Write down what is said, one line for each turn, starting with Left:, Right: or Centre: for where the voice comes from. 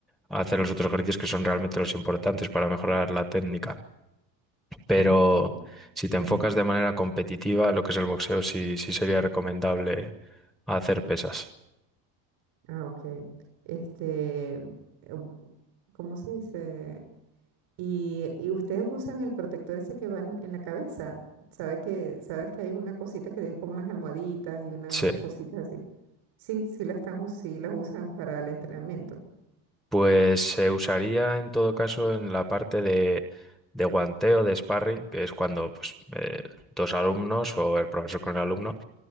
Centre: a hacer los otros ejercicios que son realmente los importantes para mejorar la técnica. Pero
Right: Ah, ok.
Centre: si te enfocas
Right: ujú,
Centre: de manera competitiva, lo que es el boxeo, sí, sí sería recomendable hacer pesas.
Right: Ah, ok. Este, em, ¿cómo se dice? Y, y ustedes usan el protector ese que va en, en la cabeza. Sabes que, sabes que hay una cosita que tiene como unas almohaditas y unas
Centre: Sí,
Right: cositas así? Sí, sí las están, us- sí las usan para el entrenamiento.
Centre: pues se usaría en todo caso en la parte de, de guanteo, de sparring, que es cuando pues, eh, dos alumnos o el profesor con el alumno